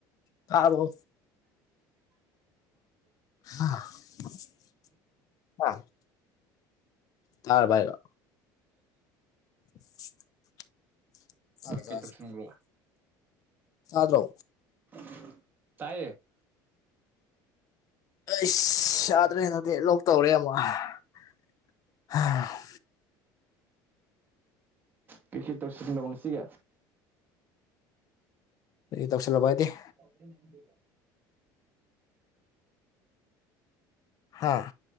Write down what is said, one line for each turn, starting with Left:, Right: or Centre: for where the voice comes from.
Left: ꯇꯥꯕ꯭ꯔꫭ
Right: <inaudible>
Left: <unintelligible> ꯇꯥꯔꯕ ꯍꯥꯏꯔꫭ
Right: ꯇꯥꯏ <unintelligible>
Left: <inaudible> ꯆꯥꯛꯀ
Right: ꯀꯩ
Left: ꯆꯥꯖꯦ
Right: ꯇꯧꯁꯤꯟꯕ꯭ꯔꯣ
Left: ꯇꯥꯗ꯭ꯔꯣ
Right: <unintelligible> ꯇꯥꯏꯌꯦ
Left: ꯑꯥꯏꯁ ꯌꯥꯗ꯭ꯔꯦ ꯍꯟꯗꯛꯇꯤ ꯂꯣꯛ ꯇꯧꯔꯦ ꯑꯃꯨꯛ <unintelligible>
Right: ꯀꯩ ꯀꯩ ꯇꯧꯁꯤꯜꯂꯕ ꯉꯁꯤꯒꯤ
Left: ꯀꯩ ꯇꯧꯁꯤꯜꯂꯕ ꯍꯥꯏꯗꯤ
Right: <inaudible>
Left: ꯍꯥꯥ